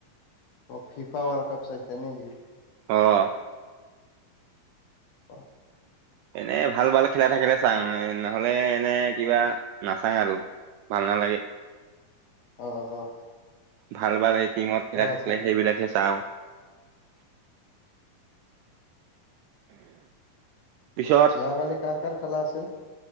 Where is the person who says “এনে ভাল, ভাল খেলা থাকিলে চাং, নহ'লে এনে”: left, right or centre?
Right